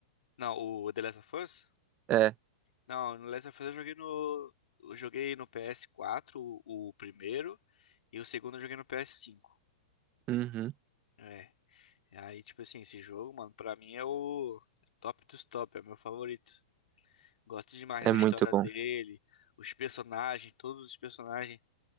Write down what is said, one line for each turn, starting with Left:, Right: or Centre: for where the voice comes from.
Left: Não, o The Last of Us?
Right: É.
Left: Não, no Last of Us eu joguei no. Eu joguei no PS4, o, o primeiro. E o segundo eu joguei no PS5.
Right: Uhum.
Left: É. E Aí, tipo assim, esse jogo, mano, pra mim é o top dos top. É o meu favorito. Gosto demais
Right: É
Left: da
Right: muito
Left: história
Right: bom.
Left: dele, os personagens, todos os personagens.